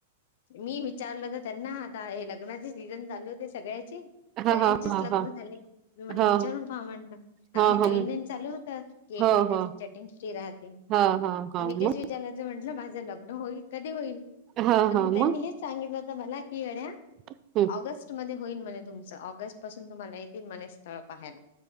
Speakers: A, on the left (about 55°); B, on the right (about 35°).
A: मी विचारल होत त्यांना, आता हे लग्नाचे सीझन चालू होते सगळ्याचे.
B: हा
A: सगळ्यांचेच
B: हा हा
A: लग्न
B: हा
A: झाले,, मी म्हटलं
B: हा
A: विचारून पहावं, म्हणलं
B: हा
A: आता हे नवीन,
B: हा हा
A: नवीन चालू होतं, की एक
B: हो
A: मे
B: हो
A: त्यागी चॅटींग फ्री रातें,, तर
B: हा हा हा
A: मी
B: मग
A: तेच विचारायच म्हणलं माज लग्न होईल, कधी होईल?
B: हा हा
A: म त्यांनी
B: मग
A: हेच सांगितलं होत मला की कड्या
B: <inaudible>
A: ऑगस्ट मध्ये होईल म्हणे तुमचं, ऑगस्ट पासून तुम्हाला येती म्हणे स्थळ पाहाला